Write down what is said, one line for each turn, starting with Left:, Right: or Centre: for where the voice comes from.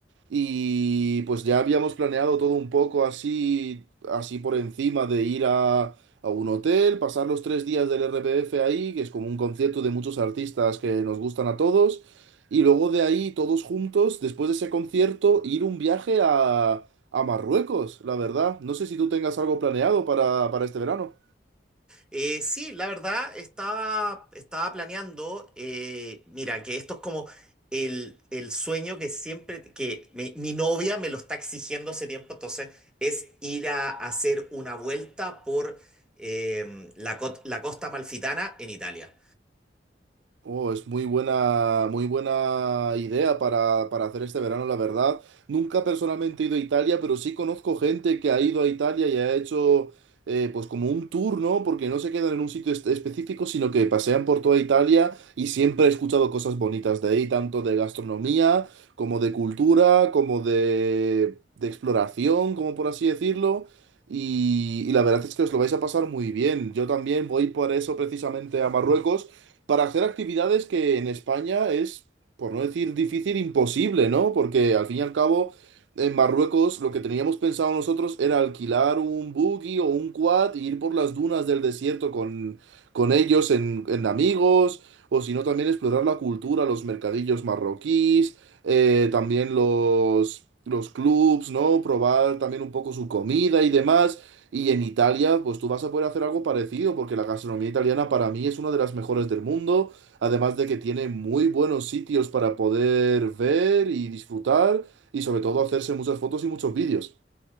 Right: Y pues ya habíamos planeado todo un poco así, así por encima de ir a, a un hotel, pasar los tres días del RPF ahí, que es como un concierto de muchos artistas que nos gustan a todos, y luego de ahí todos juntos, después de ese concierto, ir un viaje a, a Marruecos, la verdad. No sé si tú tengas algo planeado para, para este verano.
Centre: Eh, sí, la verdad, estaba, estaba planeando, eh, mira, que esto es como el, el sueño que siempre, que mi, mi novia me lo está exigiendo hace tiempo, entonces es ir a hacer una vuelta por em, la, co- la costa amalfitana en Italia.
Right: Oh, es muy buena, muy buena idea para, para hacer este verano, la verdad. Nunca personalmente he ido a Italia, pero sí conozco gente que ha ido a Italia y ha hecho eh, pues como un tour, ¿no? Porque no se quedan en un sitio es- específico, sino que pasean por toda Italia y siempre he escuchado cosas bonitas de ahí, tanto de gastronomía, como de cultura, como de, de exploración, como por así decirlo. Y, y la verdad es que os lo vais a pasar muy bien. Yo también voy por eso precisamente a Marruecos para hacer actividades que en España es, por no decir difícil, imposible, ¿no? Porque al fin y al cabo, en Marruecos lo que teníamos pensado nosotros era alquilar un buggy o un quad e ir por las dunas del desierto con, con ellos en, en amigos, o si no también explorar la cultura, los mercadillos marroquíes, eh, también los... los clubs, ¿no? Probar también un poco su comida y demás. Y en Italia, pues tú vas a poder hacer algo parecido, porque la gastronomía italiana para mí es una de las mejores del mundo, además de que tiene muy buenos sitios para poder ver y disfrutar, y sobre todo hacerse muchas fotos y muchos vídeos.